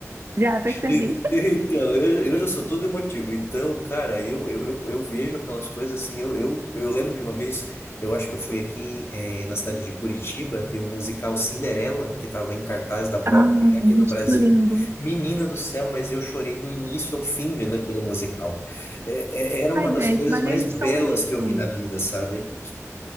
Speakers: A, on the right (about 50°); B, on the left (about 50°).
A: já percebi.
B: E- Então, eu, eu já sou todo emotivo. Então, cara, eu, eu, eu, eu vejo aquelas coisas assim. Eu, eu, eu lembro de uma vez, eu acho que eu fui aqui eh, na cidade de Curitiba ver o musical Cinderela, que estava em cartaz da Broadway
A: Ai, muito
B: aqui no Brasil.
A: lindo.
B: Menina do céu, mas eu chorei do início ao fim vendo aquele musical. É- é- era uma
A: Ai,
B: das
A: gente,
B: coisas
A: mas
B: mais
A: eles
B: belas
A: são lindos.
B: que eu vi na vida, sabe?